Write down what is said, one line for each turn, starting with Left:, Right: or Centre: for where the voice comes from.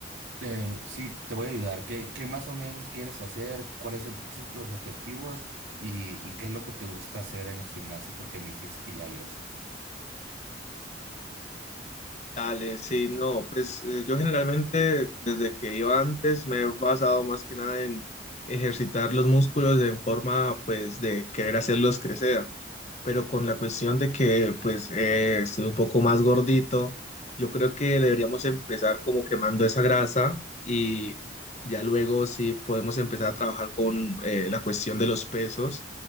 Right: eh, sí, te voy a ayudar. ¿Qué, qué más o menos quieres hacer? ¿Cuáles son tus, tus objetivos? Y, ¿Y qué es lo que te gusta hacer en el gimnasio? Porque me dijiste que ya ibas.
Left: Dale, sí, no, pues eh, yo generalmente desde que iba antes me he basado más que nada en ejercitar los músculos en forma pues de querer hacerlos crecer. pero con la cuestión de que pues eh, estoy un poco más gordito, yo creo que deberíamos empezar como quemando esa grasa y ya luego sí podemos empezar a trabajar con eh, la cuestión de los pesos